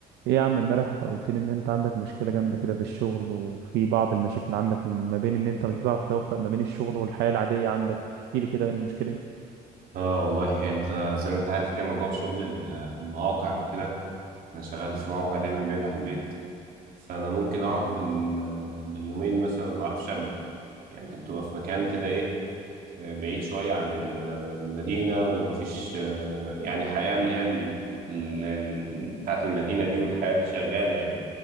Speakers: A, on the right (about 80°); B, on the right (about 60°).
A: ايه يا عم امبارح قلت لي ان انت عندك مشكلة جامدة كده في الشغل وفي بعض المشاكل عندك ما بين ان انت مش بتعرف توفق ما بين الشغل والحياة العادية عندك احكي لي كده ايه المشكلة دي
B: اه والله يعني انت زي ما انت عارف كده موضوع شغل ال- المواقع وكده انا شغال في موقع دايما بعيد عن البيت فانا ممكن اقعد بال... باليومين مثلا ما اعرفش ارجع يعني انت بتبقى في مكان كده ايه بعيد شويه عن ال- المدينه ومفيش آه، يعني حياه اللي هي ال... ال... ال- بتاعت المدينه دي والحياه اللي شغاله يعني